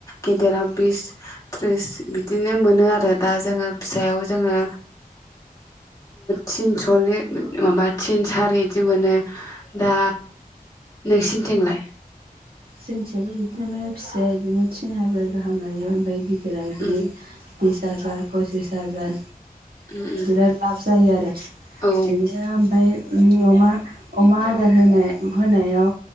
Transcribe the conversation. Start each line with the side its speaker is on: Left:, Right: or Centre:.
Left: गेदेराव बिस थ्रिस बिदिनो मोनो आरो दा जोङो फिसायाव जोङो थिन सललि ओ माबा थिन सारि बिदि मोनो दा नोंसिनिथिंलाय?
Right: जोंथिजायबो बिदिनो मोनो फिसाया बिदिनो थिन हाजार गाहाम लायो ओमफ्राय गिदि दिरा बिदिनो
Left: उम
Right: बिस हाजार पसिस हाजार
Left: उम
Right: बिराद लाब जायो आरो
Left: उम औ
Right: बिदिनो ओमफ्राय अमा अमा आदार होनाय होनायाव